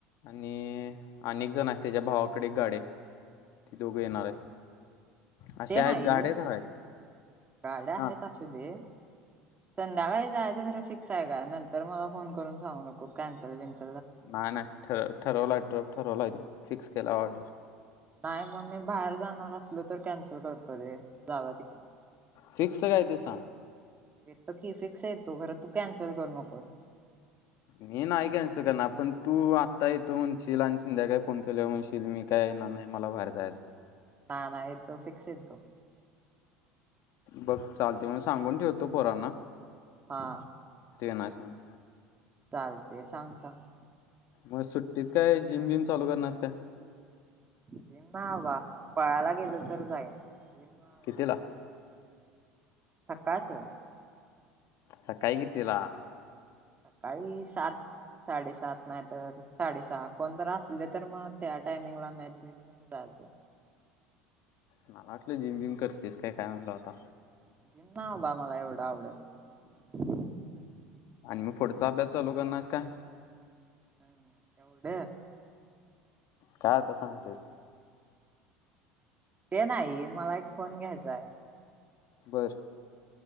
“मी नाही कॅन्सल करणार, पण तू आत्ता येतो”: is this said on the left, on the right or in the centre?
Left